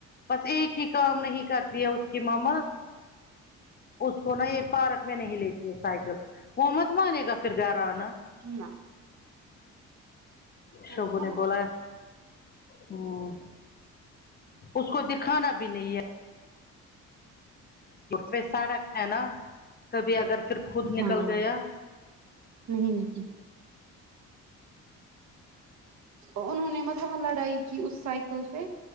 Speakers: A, on the left (about 30°); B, on the right (about 65°).
A: بس ایک ہی کام نہیں کرتی ہے اس کی ماما اس کو نا یہ پارک میں نہیں لیتی ہے سائیکل وہ مت مانے گا پھر گھر آنا
B: نہ وہ
A: شعبو
B: کہاں
A: نے
B: مانے
A: بولا ہے ہاں اس کو دکھانا بھی نہیں ہے پہ سڈک ہے نا کبھی اگر پھر خود
B: گا
A: نکل
B: ہاں
A: گیا
B: نہیں نہیں انہوں نے مطلب وہاں لڑائی کی اس سائیکل پہ